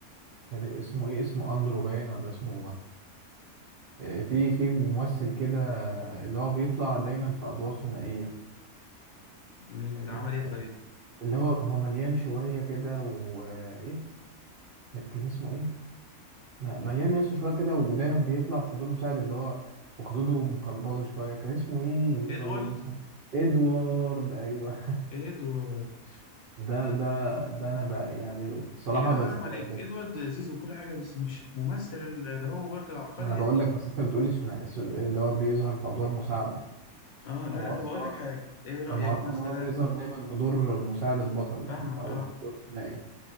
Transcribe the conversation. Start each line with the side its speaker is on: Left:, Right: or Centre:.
Right: كان اسمه ايه اسمه اندرو باين ولا اسمه آه، في في ممثل كده اللي هو بيطلع دايما في ادوار ثنائيه
Left: مين
Right: آه،
Left: ده عمل ايه طيب
Right: اللي هو هو مليان شويه كده وايه كان كان اسمه ايه م- مليان يس شويه كده ودايما بيطلع في دور مساعد اللي هو وخدوده مقلبظه شويه كان اسمه ايه
Left: ادوارد
Right: الراجل ده ادوارد ايوه
Left: ادوارد
Right: ده ده ده انا بقى يعني بصراحه
Left: يا جدع
Right: بس
Left: حرام عليك
Right: بس
Left: ادوارد لذيذ وكل حاجة بس مش الممثل اللي هو برضه العبقري
Right: ما انا
Left: يعني
Right: بقول لك بس انت بتقول لي ثنائي ث- اللي هو بيظهر في ادوار مساعده
Left: اه لا
Right: هو
Left: لا طب اقول لك حاجة ايه رأيك
Right: كان معروف
Left: مثلا
Right: ان هو بيظهر دايما بدور مساعد البطل يعني
Left: فاهمك
Right: او
Left: اه
Right: دور ثنائي